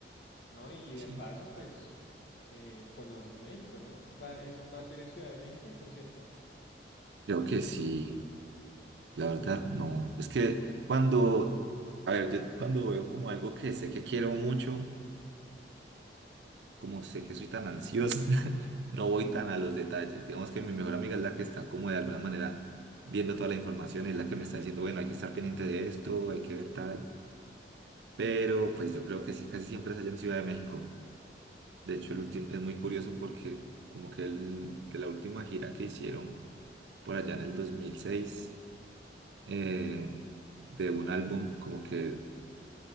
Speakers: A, on the left; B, on the right.
A: No, y
B: Sí.
A: de paso, pues, eh, conoces México, ¿no? Va, eso va a ser en Ciudad de México el concierto.
B: Creo que sí, la verdad no. Es que cuando, a ver, yo cuando veo como algo que sé que quiero mucho. como sé que soy tan ansiosa, <laughs> no voy tan a los detalles. Digamos que mi mejor amiga es la que está como de alguna manera viendo toda la información, es la que me está diciendo, bueno, hay que estar pendiente de esto, hay que ver tal. Pero pues yo creo que sí, casi siempre es allá en Ciudad de México. De hecho, el último es muy curioso porque como que, el, que la última gira que hicieron por allá en el 2006 eh, de un álbum, como que